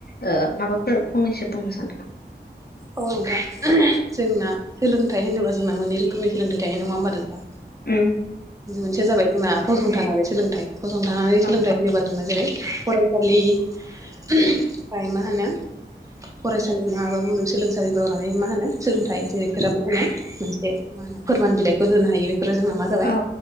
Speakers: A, on the left (about 60°); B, on the right (about 20°).
A: ओ माबाफोर फंनैसो बुंनो सानदों नामा
B: औ नोंथां जोंना सोलोंथाइ होनोबा जोंना मोननै रोखोमनि सोलोंथाइ थायो नङा होमबा नोंथां
A: उम
B: मोनसेया जाबाय जोंना फसंथानारि सोलोंथाइ फसंथारि सोलोंथाइ
A: औ
B: होनोबा जोंना जेरै फरायसालि ओमफ्राय मा होनो फरायसालि नोङाबा मुगसोलोंसालिफोराव लानानै मा होनो सोलोंथाइ जेरैफोरा मा होनो मोनसे मा होनो फोरमान बिलाइफोर होनो हायो बे फोरो जोंना मा जाबाय
A: औ